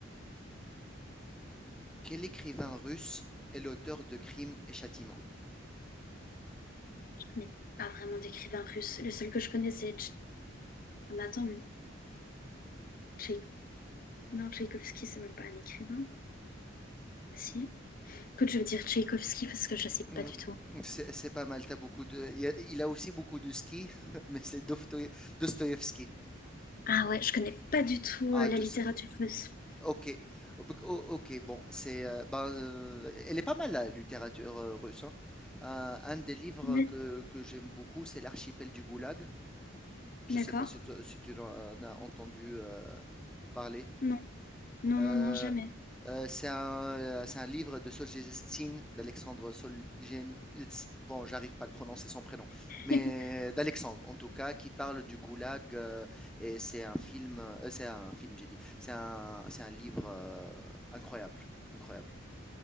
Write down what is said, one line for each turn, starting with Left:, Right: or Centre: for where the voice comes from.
Centre: quel écrivain russe est l'auteur de Crimes et Châtiments?
Left: Je connais pas vraiment d'écrivain russe. Le seul que je connais, c'est... Tch- Ah, mais attends, mais Tchaï- non, Tchaïkovski, c'est même pas un écrivain. Si. Écoute, je vais dire Tchaïkovski parce que je sais
Centre: Hum,
Left: pas du tout.
Centre: C'est c'est pas mal. T'as beaucoup de. Il y a, il a aussi beaucoup de ski, <laughs> mais c'est Doftoye- Dostoïevski.
Left: Ah ouais, je connais pas du tout
Centre: Ah,
Left: euh, la
Centre: tu
Left: littérature russe.
Centre: Ok, Oh, bec- oh, ok, bon, c'est, euh, ben, euh, elle est pas mal la littérature euh, russe. hein. Euh, un des livres
Left: Ouais,
Centre: que, que j'aime beaucoup, c'est L'archipel du Goulag. Je
Left: d'accord.
Centre: sais pas si, tu si tu en as entendu euh, parler.
Left: Non, non,
Centre: Euh,
Left: non, non, jamais.
Centre: euh, c'est un, euh, c'est un livre de Solzhenitsyn, d'Alexandre Solzhenitsyn. Bon, j'arrive pas à le prononcer son prénom, mais
Left: <laughs>
Centre: euh, d'Alexandre en tout cas, qui parle du goulag. euh, et c'est un film, euh, c'est un film, j'ai dit. C'est un, c'est un livre euh, incroyable, incroyable.